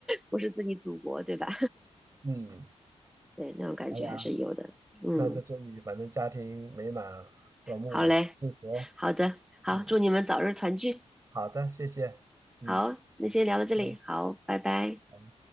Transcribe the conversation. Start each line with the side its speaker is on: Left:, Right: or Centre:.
Centre: 不是自己祖国，对吧？
Right: 嗯，
Centre: <laughs> 对，那种感觉还是有的。
Right: 好呀，
Centre: 嗯，
Right: 那就祝你反正家庭美满、和睦、
Centre: 好嘞，
Right: 幸福。
Centre: 好的，好，
Right: 嗯，
Centre: 祝你们早日团聚。
Right: 好的，谢谢。嗯嗯嗯。
Centre: 好，那先聊到这里，好，拜拜。
Right: 嗯